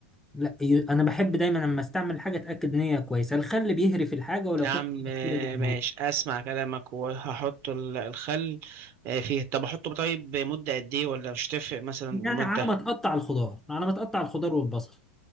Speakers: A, in the centre; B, on the right (about 40°).
A: لا ي- انا بحب دايما لما استعمل حاجه اتاكد ان هي كويسه الخل بيهري الحاجه ولو
B: يا
A: فيها
B: عم
A: بكتيريا
B: آه،
A: بيموت
B: ماشي اسمع كلامك وهحط ال- الخل آه، فيه طب احطه طيب مدة قد ايه ولا مش تفرق مثلا المدة
A: يعني على ما تقطع الخضار على ما تقطع الخضار والبصل